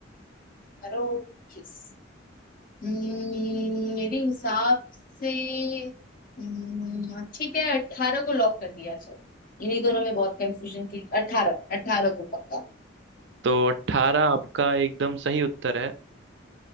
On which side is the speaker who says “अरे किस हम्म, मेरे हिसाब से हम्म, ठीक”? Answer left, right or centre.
Left